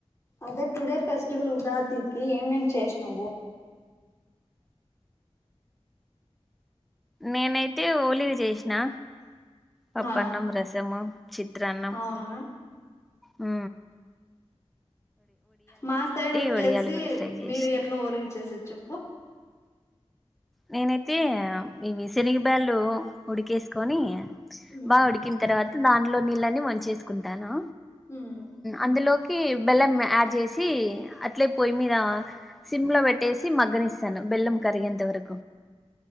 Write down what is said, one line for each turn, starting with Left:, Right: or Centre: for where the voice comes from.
Left: అదే టుడే ఫెస్టివల్ ఉగాదికి ఏమేమి చేసినావు
Centre: నేనైతే ోలిక చేసినా పప్ప
Left: ఆ
Centre: అన్నం రసమం చిత్రత్రాన్నం
Left: అవును
Centre: హ
Left: మా సైడ్ వచ్చేసి
Centre: వడియాలు కూడా ఫ్రై చేసిన
Left: మీరు ఎట్లా లికి చేసొచ్చు ఓహో
Centre: నేనైతే ఇవి శనగ బ్యాళ్ళు ఉడికేసుకొని
Left: ఉమ్
Centre: బాగా ఉడికిన తర్వాత దాట్లో నీళ్ళని వంచేసుకుంటాను
Left: ఉమ్
Centre: అందులోకి బెల్లం యాడ్ చేసి అట్లే పోయి మీద సిమ్ లో పెట్టేసి మగ్గని ఇస్తాను బెల్లం కరిగేంత వరకు